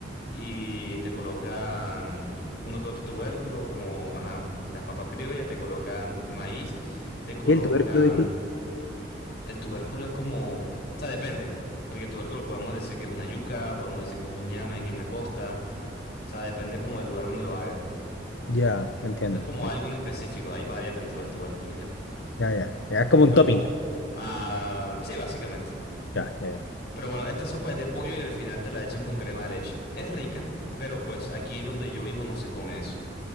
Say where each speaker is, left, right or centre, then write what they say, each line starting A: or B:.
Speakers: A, on the left; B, on the left.
A: y te colocan uno que otro tubérculo, como, ajá, las papas criollas, te colocan maíz, te colocan
B: ¿Qué es el tubérculo, disculpa?
A: El tubérculo es como, o sea, depende, porque el tubérculo podemos decir que es una yuca, podemos decir que es un ñame aquí en la costa, o sea, depende como del lugar donde lo haga.
B: Ya, entiendo.
A: No es como
B: Ya,
A: algo en específico, hay varias dentro de los tubérculos ya,
B: ya, ya. Ya, Es como
A: pero
B: un topping.
A: como, ah, sí, básicamente.
B: Ya, ya, ya.
A: Pero bueno, esta sopa es de pollo y al final te la echan con crema de leche. Es rica, pero pues aquí donde yo vivo no se come eso.